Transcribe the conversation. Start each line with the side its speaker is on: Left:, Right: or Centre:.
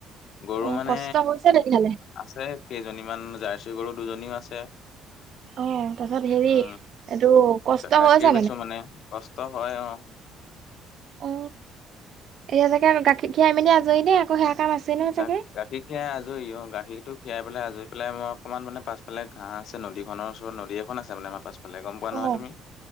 Left: গৰু
Right: অ',
Left: মানে
Right: কষ্ট হৈছে তেতিয়াহ'লে
Left: আছে। কেইজনীমান জাৰ্চী গৰু দুজনীও আছে।
Right: অ', তাৰছত হেৰি
Left: উ,
Right: এইটো কষ্ট
Left: গাখীৰ
Right: হৈছে
Left: বেছো মানে কছ ত হয় অ।
Right: অ, এতিয়া ছাগে আৰু গাখীৰ খীৰাই মেলি আজৰি দে, আকৌ সেয়া কাম আছে নহয় চাগে?
Left: গা-গাখীৰ খীৰাই আজৰি অ গাখীৰটো খীয়াই পেলাই আজৰি পেলাই মই অকমান মানে পাছফালে ঘাঁহ আছে নদীখনৰ ওচৰত। নদী এখন আছে মানে আমাৰ পাছ ফালে। গম পোৱা
Right: অ',
Left: নহয় তুমি?